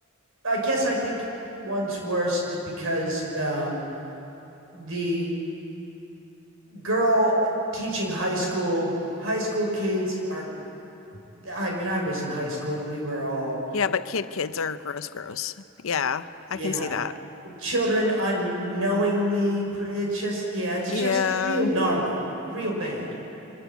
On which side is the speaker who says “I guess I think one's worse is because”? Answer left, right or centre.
Right